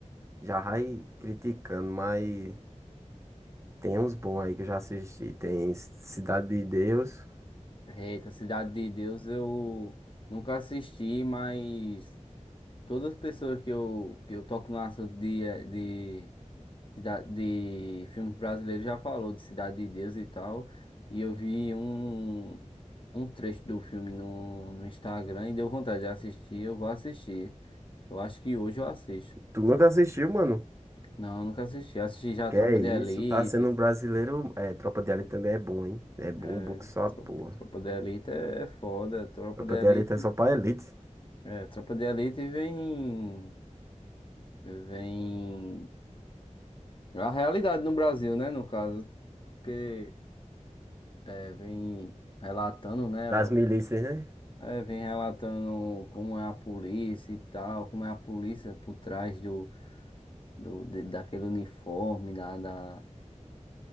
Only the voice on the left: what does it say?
Eita, Cidade de Deus eu nunca assisti, mas todas as pessoas que eu, que eu toco no assunto de Cida- de filmes brasileiros já falou de Cidade de Deus e tal. E eu vi um, um trecho do filme no, no Instagram e deu vontade de assistir. Eu vou assistir. Eu acho que hoje eu assisto.
Não, eu nunca assisti. Assisti já a
Tropa
de Elite.
É,
Tro-
Tropa de Elite é é foda. Tropa
de Elite.
É, Tropa de Elite vem. Vem. A realidade no Brasil, né? No caso, porque é, vem relatando, né?
É, vem relatando como é a polícia e tal, como é a polícia por trás do, do de- daquele uniforme, da, da,